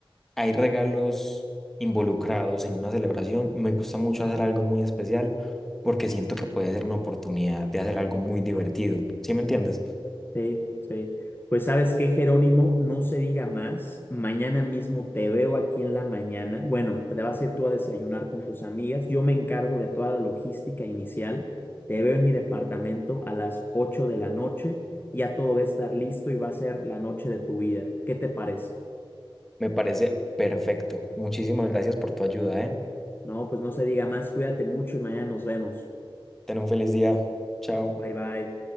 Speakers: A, in the centre; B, on the left.
A: hay regalos involucrados en una celebración, me gusta mucho hacer algo muy especial porque siento que puede ser una oportunidad de hacer algo muy divertido. ¿Sí me entiendes?
B: Sí, sí. Pues sabes qué, Jerónimo, no se diga más. Mañana mismo te veo aquí en la mañana. Bueno, te vas a ir tú a desayunar con tus amigas. Yo me encargo de toda la logística inicial. Te veo en mi departamento a las 8 de la noche. Ya todo va a estar listo y va a ser la noche de tu vida. ¿Qué te parece?
A: Me parece perfecto. Muchísimas gracias por tu ayuda, ¿eh?
B: No, pues no se diga más. Cuídate mucho y mañana nos vemos.
A: Ten un feliz día. Chao.
B: Bye bye.